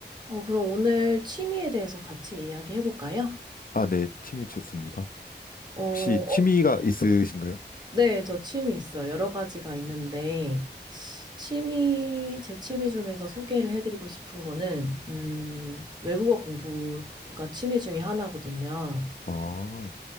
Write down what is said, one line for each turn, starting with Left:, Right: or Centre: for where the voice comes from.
Right: 어, 그럼 오늘 취미에 대해서 같이 이야기해 볼까요?
Left: 아, 네, 취미 좋습니다.
Right: 어,
Left: 혹시 취미가 있으신가요?
Right: 네, 저 취미 있어요. 여러 가지가 있는데, 취미, 제 취미 중에서 소개를 해드리고 싶은 거는, 음, 외국어 공부가 취미 중에 하나거든요.
Left: 아,